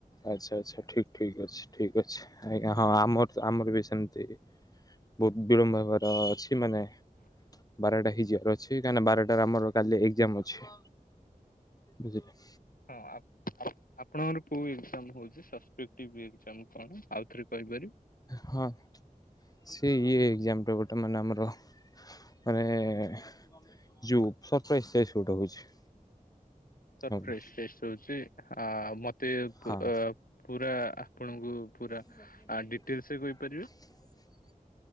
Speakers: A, on the left (about 25°); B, on the left (about 70°).
A: ଆଚ୍ଛା ଆଚ୍ଛା ଠିକ୍ ଠିକ୍ ଅଛି ଠିକ୍ ଅଛି। ଆଜ୍ଞା ହଁ ଆମର ତ ଆମର ବି ସେମିତି। ବହୁତ ବିଳମ୍ବ ହେବାର ଅଛି ମାନେ ବାରଟା ହେଇଯିବାର ଅଛି। କାହିଁକି ନା ବାରଟାରେ ଆମର କାଲି ଏକ୍ଜାମ ଅଛି। ବୁଝିଲ?
B: ହଁ ହଁ। ଆପଣଙ୍କର କୋଉ ଏକ୍ଜାମ ହଉଛି। ସବସେଟିବ ଏକ୍ଜାମ। କଣ ଆଉ ଥରେ କହିପାରିବି?
A: ହଁ ସେ ଇଏ ଏକ୍ଜାମ ଗୋଟେ ମାନେ ଆମର ମାନେ-ଏ-ଏ-ଏ ଜୁ ସରପ୍ରାର୍ଇଜ୍ ଷ୍ଟେଟ୍ ପ୍ରାଗୋଟେ ହଉଛି।
B: ସରପ୍ରାର୍ଇଜ୍
A: ଆମର
B: ଷ୍ଟେଟ ହଉଛି ଆ-ଆ-ଆ-ଆ ମୋତେ ଏ ପ
A: ହଁ
B: ପୁରା ଆପଣଙ୍କୁ ପୁରା
A: ହ
B: ଡିଟେଲସରେ କହିପାରିବେ